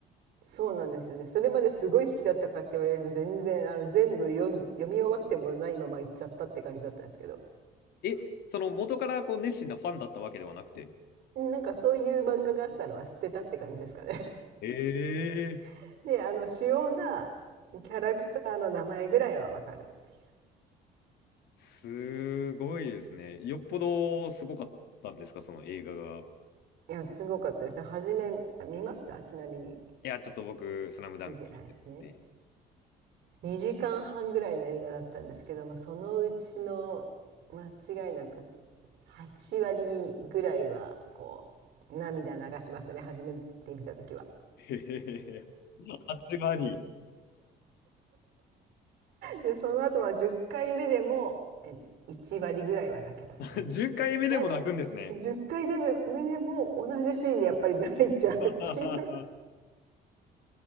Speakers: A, on the right; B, on the left.
A: そうなんですよね。それまですごい好きだったかって言われると全然あの全部読ん読み終わってもないまま行っちゃったって感じだったんですけど、
B: え、その元からこう熱心なファンだったわけではなくて。
A: うんなんかそういう漫画があったのは知ってたって感じですかね。
B: ええ
A: <laughs> で、あの主要なキャラクターの名前ぐらいはわかるっていう。
B: すごいですね。よっぽどすごかったんですか、その映画が。
A: いや、すごかったですね。初め見ましたちなみに
B: いや、ちょっと僕、スラムダンク撮ってて。
A: 見てないですね。2時間半ぐらいの映画だったんですけど、まあ、そのうちの間違いなく8割ぐらいはこう涙流しましたね初めて見た時は。
B: へへへへ。8割。
A: でその後は10回目でもえ1割ぐらいは泣けますね。
B: <laughs> 10回目でも泣くんですね。
A: な10回でも目でも同じシーンでやっぱり泣いちゃうっていう
B: <laughs>